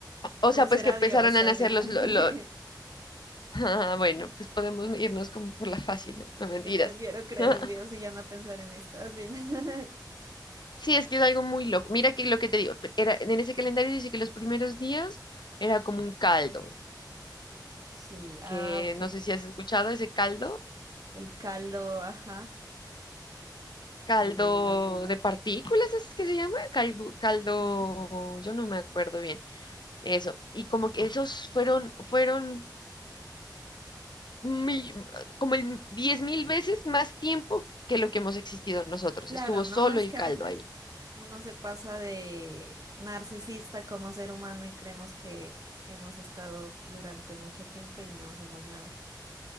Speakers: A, on the left; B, on the right.
A: O
B: ¿O
A: sea,
B: será
A: pues que empezaron
B: Dios,
A: a
B: así,
A: nacer
B: no?
A: los... lo- lo- <laughs>
B: <laughs>
A: Ah, bueno, pues podemos irnos como por la fácil, no, No, mentiras.
B: Yo prefiero creer
A: <laughs>
B: en Dios y ya no pensar en esto, así, no.
A: Sí, es que es algo muy loco. Mira que lo que te digo, pe- era, en ese calendario dice que los primeros días era como un caldo,
B: <laughs> Sí, ah,
A: que
B: ok.
A: no sé si has escuchado ese caldo,
B: El caldo, ajá, el
A: caldo
B: caldo de la vida.
A: de partículas, ¿es que se llama? Caldo, caldo,
B: Ujú.
A: yo no me acuerdo bien, eso. Y como que esos fueron, fueron mi- como el diez mil veces más tiempo que lo que hemos existido nosotros.
B: Claro,
A: Estuvo
B: ¿no?
A: solo
B: Es
A: el
B: que
A: caldo
B: a veces
A: ahí.
B: uno se pasa de narcisista como ser humano y creemos que hemos estado durante mucho tiempo y no somos nada.